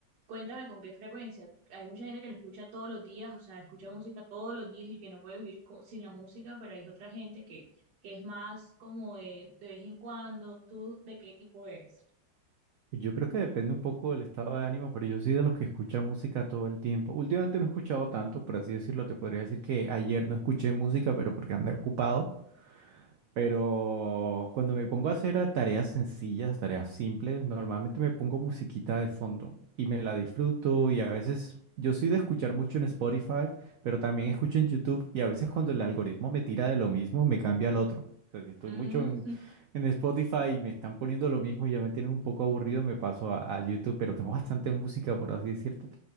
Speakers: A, on the right; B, on the right.
A: cuéntame con qué frecuencia. Hay mucha gente que lo escucha todos los días, o sea, escucha música todos los días y que no puede vivir co- sin la música, pero hay otra gente que, que es más como de, de vez en cuando. ¿Tú de qué equipo eres?
B: Yo creo que depende un poco del estado de ánimo, pero yo soy de los que escucha música todo el tiempo. Últimamente no he escuchado tanto, por así decirlo. Te podría decir que ayer no escuché música, pero porque andé ocupado. Pero cuando me pongo a hacer eh, tareas sencillas, tareas simples, normalmente me pongo musiquita de fondo y me la disfruto y a veces yo soy de escuchar mucho en Spotify, pero también escucho en YouTube y a veces cuando el algoritmo me tira de lo mismo, me cambia al otro. O sea, si estoy
A: Mm,
B: mucho en, en Spotify y me están poniendo lo mismo y ya me tienen un poco aburrido, me paso a, a YouTube, pero tengo bastante música, por así decirte.